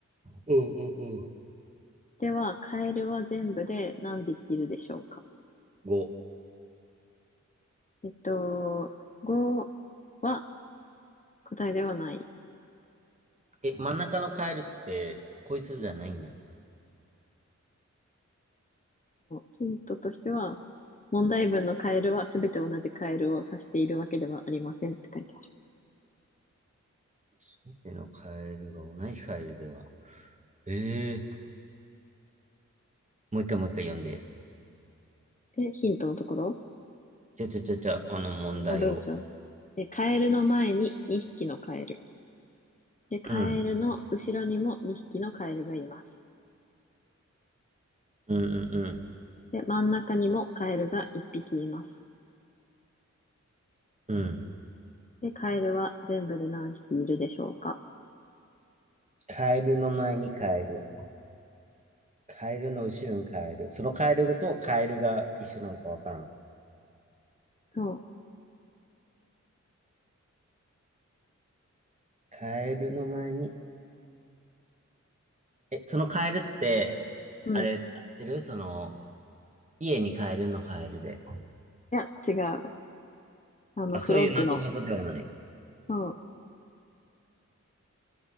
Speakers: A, on the right (about 25°); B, on the left (about 25°).
A: おうおうおう。
B: では、カエルは全部で何匹いるでしょうか
A: 5。
B: えっと、5は答えではない。
A: え、真ん中のカエルって、こいつじゃないんや。
B: ヒントとしては、問題文のカエルはすべて同じカエルを指しているわけではありませんって書いてあ
A: すべてのカエルが同じカエルでは。ええもう一回もう一回読んで。
B: る。で、ヒントのところ
A: じゃじゃじゃじゃ、あの問題を。
B: あ、文章。で、カエルの前に2匹のカエル。で、カエルの後ろにも2匹のカエルがいます。
A: うん。うんうん
B: で、真ん中にもカエルが1匹います。
A: うん。うん。
B: で、カエルは全部で何匹いるでしょうか
A: カエルの前にカエル。カエルの後ろにカエル。そのカエルとカエルが一緒なんかわからん。
B: そ
A: カエルの前に。え、そのカエルって、
B: う。うん。
A: あれ、
B: い
A: 合ってるその、家にカエルのカエルで。
B: や、違う。あの、
A: あ、そういうなぞなぞではない。
B: フロッグの。そ